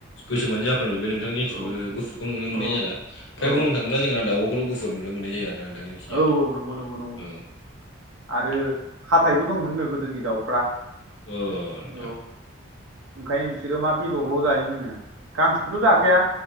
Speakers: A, on the left; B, on the right.
A: गोसोोबानो जाफ्रामजोबबाय नोंथां जेसिमबो
B: औ
A: गुफुरखौ नुनो मोननाय
B: औ
A: जाला। ओमाय
B: औ
A: बुंनो थाङोब्ला जोंहा दाउबखौल गुुफुर नुनो मोननाय जायो आरो नोंथां। जोंनिथिंजाय
B: औ औ नंगौ नंगौंगौ
A: औ
B: आरो हाथथायबो दंमोननो गोदोनि दाउफ्रा।
A: अ नोंथां
B: औ ओंखायनो बिसोरो मा बेदरल' जायोमोननो गांसोखौथ' जाखाया